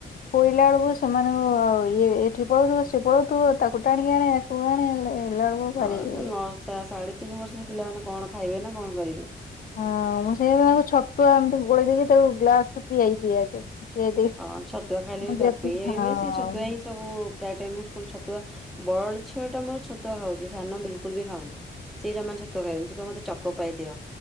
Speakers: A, on the left; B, in the centre.
A: ଖୋଇଲା ବେଳକୁ ସେମାନଙ୍କୁ ଆଉ ଇଏ ଏଠି ପଳଉଥିବ ସିଏ ପଳଉଥିବ ତାକୁ ଟାଣିକି ଆକୁ ଆଣେ ଆଣେ। ହେଲା ବେଳକୁ ଭାରି
B: ହଁ,
A: ଇଏ।
B: ନଚା ସାଢ଼େ ତିନି ବର୍ଷରେ ପିଲାମାନେ କଣ ଖାଇବେ ନା କଣ କରିବେ।
A: ହଁ, ମୁଁ ସେଇ ଯୋଗୁ ତାକୁ ଛତୁଆ ଏମିତି ଗୋଳେଇ ଦେଇକି ତାକୁ ଗ୍ଲାସ ରେ ପିଆଇବି ଆଗେ। ପିଆଇ ଦେଇକି
B: ହଁ, ଛତୁଆ ଖାଇଲେ
A: ମୁଁ
B: ବି କାଫି
A: ଯେତିକି
B: ଏଇ
A: ହଁ
B: ବେଶି ଛତୁଆ ହିଁ ସବୁ ପ୍ରାୟ ଟାଇମ୍ ମୁଁ ସ୍କୁଲ ଛୁତୁଆ ବଡ ଝିଅ ଟା ମୋର ଛତୁଆ ଖାଉଛି ସାନ ବିଲ୍ କୁଲ୍ ବି ଖାଉନି। ସିଏ ଜମା ଛତୁଆ ଖାଇବନି ସେ କହିବ ମତେ ଚକୋ ପାଇଦିଅ।